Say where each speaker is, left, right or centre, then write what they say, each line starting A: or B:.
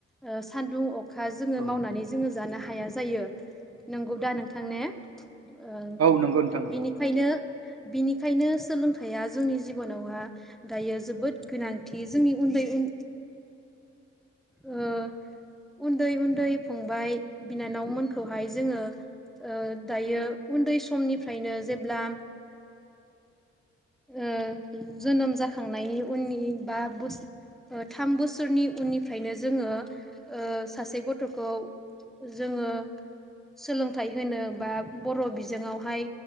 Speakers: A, in the centre; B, on the right.
A: ओ सानदुं अखा जोङो
B: औ
A: मावनानै जोङो जानो हा हाया जायो नंगौ दा नोंथां ने? ओ
B: औ नंगौ नोंथां नंगौ
A: बिनिखायनो बिनिखायनो सोलोंथाइया जोंनि जिबनावहा दायो जोबोद गोनांथि जोंनि उन्दै उन ओ उन्दै उन्दै फंबाय बिनानावमोनखौहाय जोङो ओ दायो उन्दै समनिफ्रायनो जेब्ला ओ जोनोम जाखांनायनि उननि बा बुस ओ थाम बोसोरनि उननिफ्रायनो जोङो ओ सासे गथ'खौ जोङो सोलोंथाइ होनो बा बर' बिजोङाव हाय